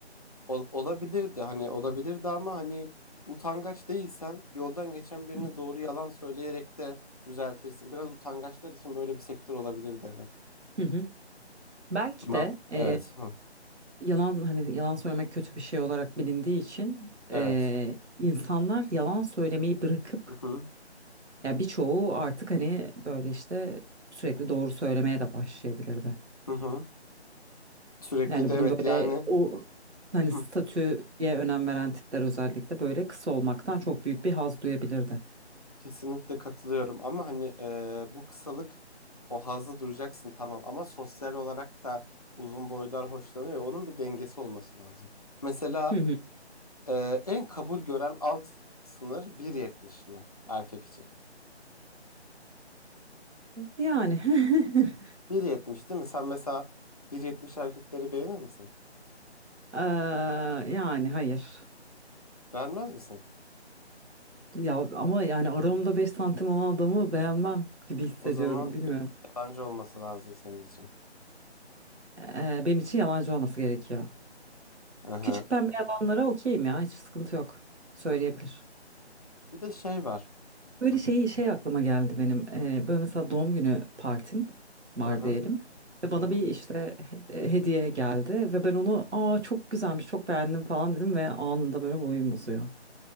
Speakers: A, on the left; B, on the right.
A: Ol- olabilirdi hani olabilirdi ama hani utangaç değilsen yoldan geçen birine
B: Hı hı.
A: doğru yalan söyleyerek de düzeltirsin. Biraz utangaçlar için böyle bir sektör olabilirdi evet.
B: Hı hı. Belki
A: Ben,
B: de
A: evet.
B: e,
A: Hı,
B: yalan hani yalan söylemek kötü bir şey olarak bilindiği için
A: evet.
B: e, insanlar yalan söylemeyi bırakıp
A: Hı hı.
B: ya birçoğu artık hani böyle işte sürekli doğru söylemeye de başlayabilirdi.
A: Hı hı. Sürekli
B: Yani
A: de
B: bunun
A: evet
B: böyle
A: yani
B: o hani
A: hı hı,
B: statüye önem veren tipler özellikle böyle kısa olmaktan çok büyük bir haz duyabilirdi.
A: kesinlikle katılıyorum ama hani e, bu kısalık o hazzı duyacaksın tamam ama sosyal olarak da uzun boylar hoşlanıyor. ya, Onun bir dengesi olması lazım. Mesela
B: Hı hı.
A: Ee, en kabul gören alt sınır bir yetmiş mi erkek için?
B: Yani <laughs>
A: Bir yetmiş değil mi? Sen mesela bir yetmiş erkekleri beğenir misin?
B: Eee, yani hayır.
A: Beğenmez misin?
B: Ya ama yani aramda 5 santim olan adamı beğenmem gibi hissediyorum
A: O zaman
B: bilmiyorum.
A: bir yalancı olması lazım senin için.
B: Eee, benim için yalancı olması gerekiyor.
A: Aha.
B: Küçük pembe yalanlara okeyim ya hiç sıkıntı yok. Söyleyebilir.
A: Bir de şey var.
B: Böyle
A: Hı
B: şeyi şey aklıma geldi benim. Ee, böyle mesela doğum günü partim var
A: hı hı.
B: diyelim. Ve bana
A: hı.
B: bir işte he- e, hediye geldi ve ben onu aa çok güzelmiş çok beğendim falan dedim ve anında böyle boyum uzuyor.